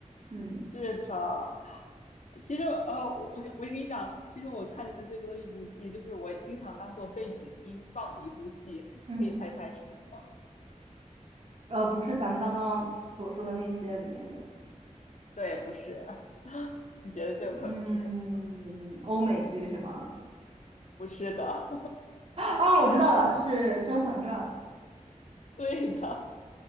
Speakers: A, on the right; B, on the left.
A: 嗯
B: 是的。其实，呃，我我想我跟你讲，其实我看的最多的一部戏，就是我经常当做背景音放的一部戏，
A: 嗯，
B: 你可以猜猜是什么？
A: 呃，不是咱们刚刚所说的那些里面的，
B: 对，不是，你觉得最有可能是什么吗？
A: 嗯，欧美剧是吗？
B: 不是的，
A: 哦，我知道了，是《甄嬛传》。
B: <laughs> 对的，